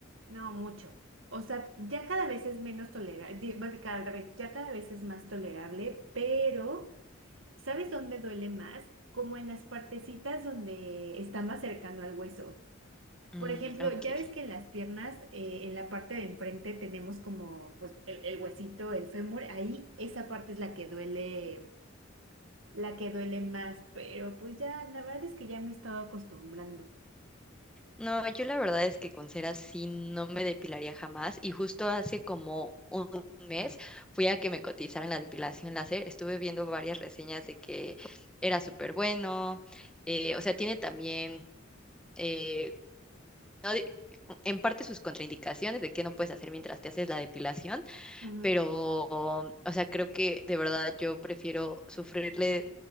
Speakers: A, on the right (about 75°); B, in the centre.
A: no mucho. O sea, ya cada vez es menos tolerable, más que cada vez, ya cada vez es más tolerable, pero ¿sabes dónde duele más? Como en las partecitas donde está más cercano al hueso.
B: Mm,
A: Por ejemplo,
B: ok.
A: ya ves que en las piernas, eh, en la parte de enfrente tenemos como pues, el, el huesito, el fémur, ahí esa parte es la que duele la que duele más, pero pues ya, la verdad es que ya me he estado acostumbrando.
B: No, yo la verdad es que con cera sí no me depilaría jamás. Y justo hace como un mes fui a que me cotizaran la depilación láser. Estuve viendo varias reseñas de que era súper bueno. eh, o sea, tiene también eh, no en parte sus contraindicaciones de qué no puedes hacer mientras te haces la depilación,
A: Ujú.
B: pero, o sea, creo que de verdad yo prefiero sufrirle